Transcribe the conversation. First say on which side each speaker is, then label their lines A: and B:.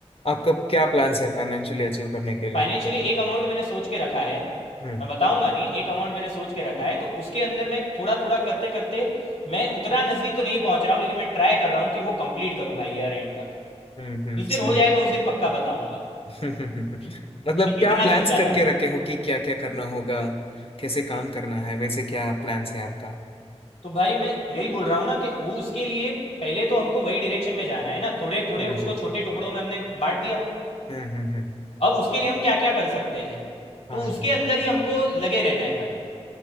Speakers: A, on the left; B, on the left.
A: आपका क्या प्लान्स है फाइनेंशियली अचीव करने के लिए
B: फाइनेंशियली एक अमाउंट मैंने सोच के रखा है
A: हम्म
B: मैं बताऊंगा नहीं एक अमाउंट मैंने सोच के रखा है तो उसके अंदर मैं थोड़ा थोड़ा करते करते मैं उतना नजदीक तो नहीं पहुंच रहा हूं लेकिन मैं ट्राई कर रहा हूं कि वो कंप्लीट करूं भाई ईयर एंड तक
A: हम्म हम्म
B: जिस दिन
A: सही
B: हो
A: है
B: जाएगा उस दिन पक्का बताऊंगा
A: <laughs> मतलब
B: कि कितना
A: क्या प्लान्स
B: सोचा
A: करके
B: था
A: रखे हो कि क्या क्या करना होगा कैसे काम करना है वैसे क्या प्लान्स है आपका
B: तो भाई मैं यही बोल रहा हूँ ना कि वो उसके लिए पहले तो हमको वही डायरेक्शन में जाना है ना थोड़े थोड़े
A: हम्म
B: उसको
A: हम्म
B: छोटे टुकड़ों में हमने बांट दिया
A: हम्म हम्म हम्म,
B: अब उसके लिए हम क्या क्या कर सकते हैं तो
A: हाँ
B: उसके
A: हम्म,
B: अंदर ही हमको लगे रहना है भाई